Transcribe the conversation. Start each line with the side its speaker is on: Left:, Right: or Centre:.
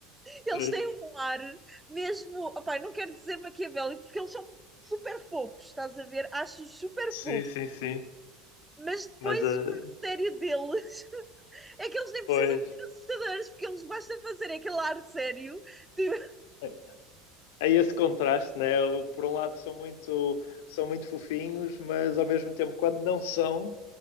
Centre: eles
Left: pois.
Centre: têm um ar mesmo, opá, não quero dizer maquiavélico, porque eles são super fofos, estás a ver? Acho super
Left: sim,
Centre: fofo,
Left: sim, sim.
Centre: mas depois
Left: Mas, ah,
Centre: o ar sério deles É que eles nem
Left: pois.
Centre: precisam de ser assustadores, porque eles basta fazer aquele ar sério, tipo,
Left: é. é esse contraste, né? Eu, Por um lado são muito, são muito fofinhos, mas ao mesmo tempo, quando não são,